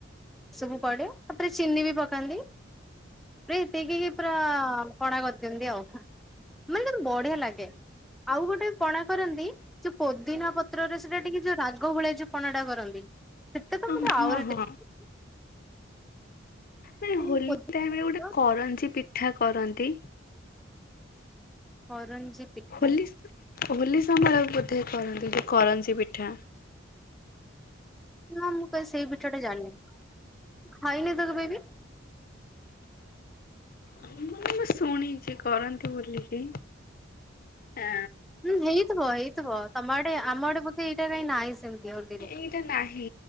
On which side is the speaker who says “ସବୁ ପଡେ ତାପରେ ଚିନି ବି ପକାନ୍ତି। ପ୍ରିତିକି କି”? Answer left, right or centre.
Centre